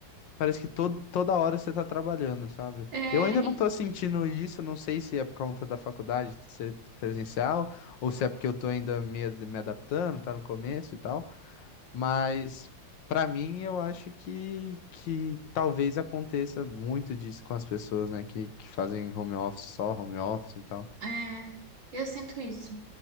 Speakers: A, on the left (about 75°); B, on the right (about 80°).
A: Parece que todo, toda hora você tá trabalhando, sabe?
B: É,
A: Eu ainda não
B: e-
A: tô sentindo isso, não sei se é por conta da faculdade de ser presencial, ou se é porque eu tô ainda me, me adaptando, tá no começo e tal, mas pra mim eu acho que, que talvez aconteça muito disso com as pessoas, né, que, que fazem home office, só home office e tal.
B: é, eu sinto isso.